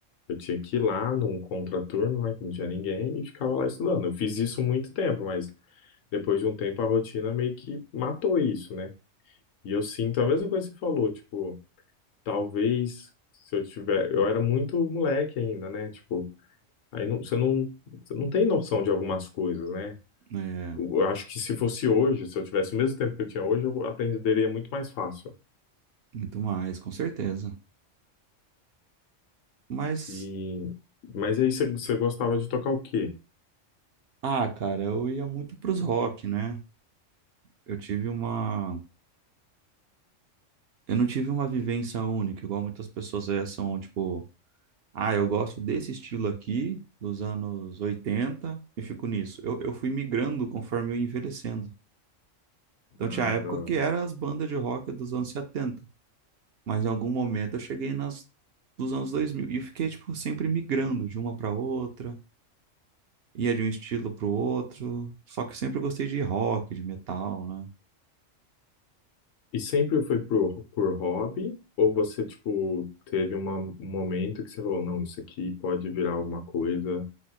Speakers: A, on the left; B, on the right.
A: Eu tinha que ir lá num contraturno, né, que não tinha ninguém, e ficava lá estudando. Eu fiz isso muito tempo, mas depois de um tempo a rotina meio que matou isso, né? E eu sinto a mesma coisa que você falou, tipo, talvez se eu tiver, eu era muito moleque ainda, né? Tipo, aí não, você não, você não tem noção de algumas coisas, né?
B: É,
A: Eu acho que se fosse hoje, se eu tivesse o mesmo tempo que eu tinha hoje, eu aprenderia muito mais fácil.
B: muito mais, com certeza. Mas,
A: E mas aí você, você gostava de tocar o quê?
B: ah, cara, eu ia muito pros rock, né? Eu tive uma. Eu não tive uma vivência única, igual muitas pessoas é, são, tipo, ah, eu gosto desse estilo aqui, dos anos 80 e fico nisso. Eu, eu fui migrando conforme eu ia envelhecendo. Então
A: Ah,
B: tinha época
A: da
B: que era as bandas de rock dos anos 70, mas em algum momento eu cheguei nas dos anos 2000 e fiquei, tipo, sempre migrando de uma para outra, ia de um estilo para o outro, só que eu sempre gostei de rock, de metal, né?
A: E sempre foi por, por hobby? Ou você, tipo, teve uma- um momento que você falou, não, isso aqui pode virar alguma coisa?